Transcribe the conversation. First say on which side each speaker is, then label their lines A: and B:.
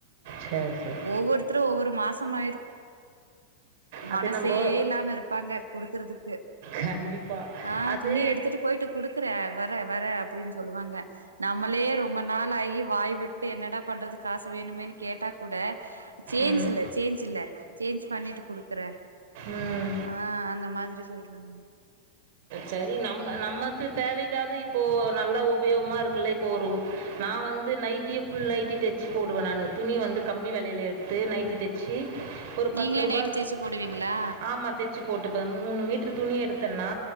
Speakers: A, on the right (about 50°); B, on the right (about 75°).
A: சரி சரி
B: ஒவ்வொருத்தரு ஒவ்வொரு மாச <inaudible>
A: அது
B: மனசே
A: நம்போ
B: இல்லாம இருப்பாங்க குடுக்குறதுக்கு
A: கண்டிப்பா
B: ஆஹ்
A: அது
B: துணிய எடுத்துட்டு போயிட்டு குடுக்குறேன் வர வர <unintelligible> இப்புடின்னு சொல்லுவாங்க நம்மளே ரொம்மன் நான் ஐ வாய்விட்டு என்னடா பண்றது காசு வேணுமேனு கேட்டா கூட சேஞ்சு
A: ம்
B: இல்ல சேஞ்சு இல்ல சேஞ்ச் பண்ணிட்டு குடுக்குறே
A: ம்
B: ஆ அந்த மாத் திரி சொல்றாங்க
A: சரி நம்ம நமக்கு தேவைக்காது இப்போது நல்லா உபயோகமாக இருக்குல இப்போ ஒரு நான் வந்து நைட்டையே ஃபுல் நைட்டி தச்சு போடுவேன் நான் துணி வந்து கம்மி விலையில எடுத்து நைட்டி தச்சு ஒரு பத்து
B: நீங்களே
A: ரூபாய்
B: நைட்டு
A: இருக்கு
B: தேச்சு போடுவீங்களா
A: ஆமா தச்சு போட்டுப்பே மூணு மீட்ரு துணி எடுத்தேன்னா